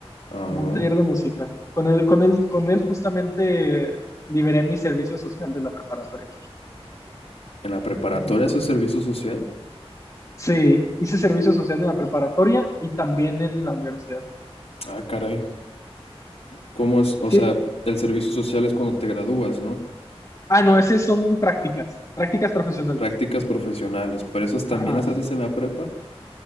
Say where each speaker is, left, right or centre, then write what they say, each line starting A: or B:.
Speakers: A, on the left; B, on the left.
A: Ah.
B: como un taller de música. Con él, con él, con él justamente liberé mi servicio social de la preparatoria.
A: ¿En la preparatoria
B: Ujú.
A: haces servicio social?
B: Sí, hice servicio social en la preparatoria y también en la universidad.
A: Ah, caray. ¿Cómo es? O
B: Sí.
A: sea, el servicio social es cuando te gradúas, ¿no?
B: Ah, no, esas son prácticas, prácticas profesionales.
A: Prácticas profesionales, pero esas también
B: Ajá.
A: las haces en la prepa.